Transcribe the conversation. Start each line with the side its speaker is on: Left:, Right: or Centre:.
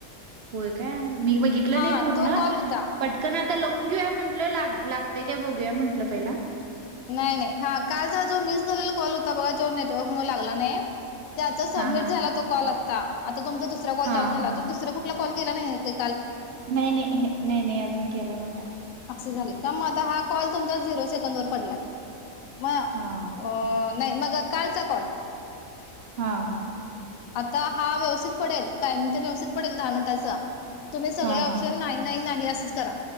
Right: होय काय मी बघितलं
Left: हा
Right: नाही पूर्ण
Left: तो कॉल होता
Right: पटकन आता लावून घेऊया म्हटल लागते काय बघूया म्हटलं पहिला
Left: नाही नाही हा कालचा जो मिस झालेला कॉल होता बघा जो नेटवर्क मूळ लागला नाही. त्याचा सबमिट
Right: हा हा
Left: झाला तो कॉल आता ता आता तुमचा दुसरा कॉल
Right: हा
Left: चालू झाला
Right: हा
Left: तुम्ही दुसरा कुठला कॉल केला नाही हाय काय?
Right: नाही नाही हे नाही नाही अजून केला नव्हता.
Left: असं झालं मग आता हा कॉल तुमचा झिरो सेकंद वर पडलाय मग
Right: हा
Left: अ नाही मग क कालचा कॉल
Right: हां हा
Left: आता हा व्यवस्थित पडेल टायमिंग तर व्यवस्थित पडेल दहा मिनिटाचं तुम्ही सगळे
Right: हा
Left: ऑप्शन
Right: हा
Left: नाईन नाईन आहे असेच करा